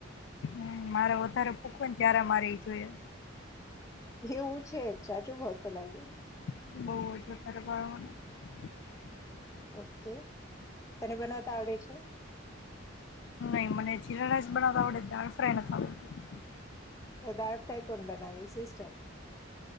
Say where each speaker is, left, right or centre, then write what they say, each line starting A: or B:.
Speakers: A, on the left; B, on the left.
A: હ મારે વધારે ભૂક ને ત્યારે મારે એ જોયે.
B: એવું છે જાજો ભાવ તો લાગે
A: બહજ <unintelligible>
B: ઓકે. તને બનાવતા આવડે છે?
A: નહીં મને જીરા રાઇસ બનાવત આવડે દાળ ફ્રાય નથી આવડતી.
B: તો દાય થાઈ કોણ બનાવે સિસ્ટર.